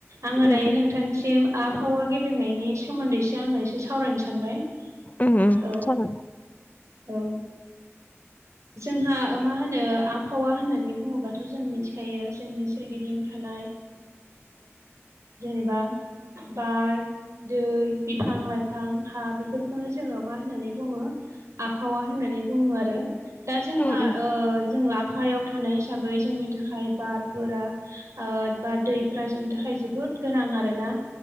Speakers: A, on the right; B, on the left.
A: आङो
B: उम
A: दायो
B: उम
A: नोंथांनिसिम आबहावा गेब्लेंनायनि सोमोन्दैसो आङो एसे सावरायनो सानबाय
B: उ
A: औ
B: साल
A: औ जोंहा मा होनो आबहावा होननानै बुङोब्लाथ' जों मिथिखायो जोंनि सोरगिदिं थानाय जेनेबा बार दै बिफां लाइफां हा बेफोरखौनो जोङो मा होननानै बुङो आबहावा होननानै बुङो आरो दा जोंहा
B: उम
A: जोङो आफहायाव थानाय हिसाबै जोंनि थाखाय बारफोरा बा दैफ्रा जोंनि थाखाय जोबोद गोनां आरो ना